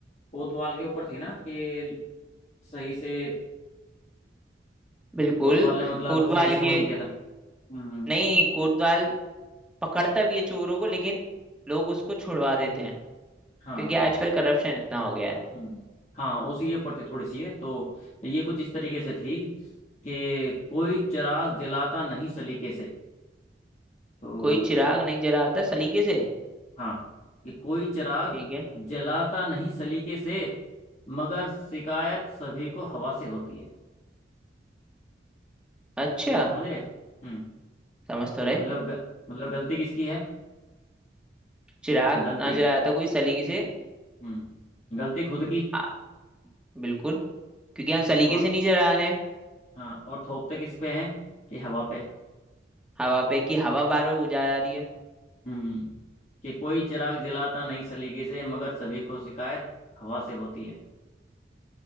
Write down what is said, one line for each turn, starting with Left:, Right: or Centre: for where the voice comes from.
Left: कोतवाल के ऊपर थी ना कि सही से
Centre: बिल्कुल
Left: कोतवाल ने मतलब
Centre: कोतवाल
Left: सही से वो
Centre: के
Left: नहीं किया था हम्म हम्म।
Centre: नहीं कोतवाल पकड़ता भी है चोरों को लेकिन लोग उसको छुड़वा देते हैं
Left: हाँ
Centre: क्योंकि आजकल करप्शन इतना हो गया है
Left: हम्म, हाँ उसी के ऊपर थी थोड़ी सी ये तो ये कुछ इस तरीके से थी कि कोई चिराग जलाता नहीं सलीके से तो
Centre: कोई चिराग नहीं जलाता सलीके से
Left: हाँ कि कोई चिराग
Centre: ठीक है
Left: जलाता नहीं सलीके से मगर शिकायत सभी को हवा से होती है
Centre: अच्छा
Left: समझ रहे हम्म
Centre: समझ तो रहे
Left: मतलब ग, मतलब गलती किसकी है
Centre: चिराग
Left: गलती
Centre: ना जलाता कोई सलीके से
Left: हम्म गलती खुद की
Centre: आ, बिल्कुल क्योंकि हम सलीके
Left: और
Centre: से नहीं जला रहे हैं
Left: हाँ और थोपते किस पे है कि हवा पे
Centre: हवा पे कि हवा बार बार बुझा जा रही है
Left: हम्म कि कोई चिराग जलाता नहीं सलीके से मगर सभी को शिकायत हवा से होती है